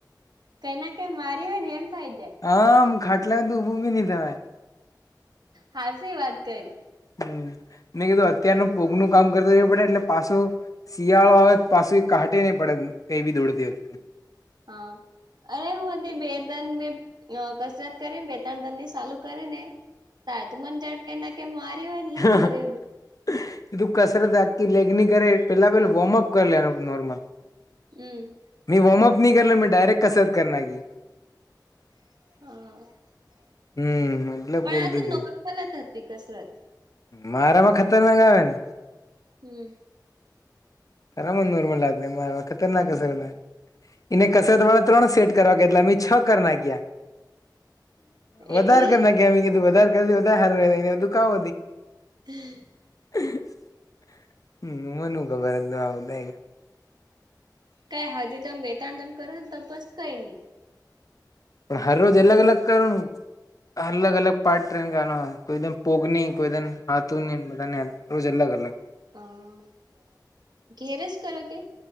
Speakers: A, on the right; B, on the left.
A: કૈનાકે મારી હોય ને હેમ થઈ જાય
B: હા આમ ખાટલા તોભું બી નઈ થવા
A: હાચી વાત કઈ
B: હમ મેં કીધું અત્યારનો પૂગ નું કામ કરતો રહવું પડે એટલે પાછો. શિયાળો આવેત પાસું કાટે નહી પડત કઈ બી દોડતી વખતે.
A: હા. અરે હું બે દન મે કસરત કરીને બે ત્રણ દન ની ચાલુ કરી ને. તા તો મને જાણ કે એ ના કે મારી હોય ને. હે
B: હાહા
A: સરે
B: એધું કસરત <inaudible> લેગ ની કરે પેલા પેલા વોર્મઅપ કરી લેવા નું નોર્મલ.
A: હમ
B: મી વોર્મઅપ ન કરલોં ડાયરેક્ટ કસરત કર નાખી
A: હ <unintelligible>
B: હમ એટલે
A: પણ
B: પોગ
A: આ
B: દુખી
A: નોક <unintelligible> ચાલત હતી કસરત
B: મારામાં ખતરનાક આવે ને
A: હમ
B: તારા મરમાં લાગ મારા ખતર ના કસર ને એને કસરત વાળા ત્રણ સેટ કરવા કેટલા મેં છ કર નાખ્યા વધારે
A: એટલે
B: કર નાખ્યા મેં કીધું વધારે કર ધો વધારે હારું કાવ
A: તેી <unintelligible>
B: હ <unintelligible> હમ <unintelligible> આવદા એ
A: કઈ હાજી તમે બેતાન દિન કરો ને ત પસ કઈ નઈ
B: પણ હર રોજ અલગ અલગ કરનુ અલગ અલગ પાર્ટ ટ્રેન ગ હો કોઈન પોગ નની કોઈ દમ હાથુ ન બધાને રોજ અલગ અલગ
A: હ ઘેર જ કરો કે